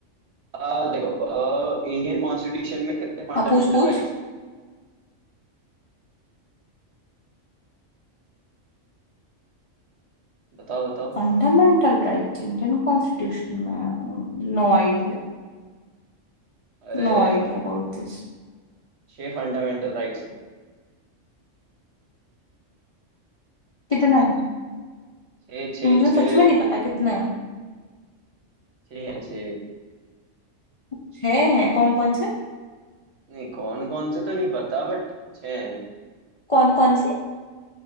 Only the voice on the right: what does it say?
आ देखो आ, इंडियन कॉन्स्टिट्यूशन में कितने फंडामेंटल
राइट्स हैं बताओ बताओ
अरे
छह फंडामेंटल राइट्स हैं
छह छह
छह
छह हैं छह
नहीं कौन कौन से तो नहीं पता बट छह हैं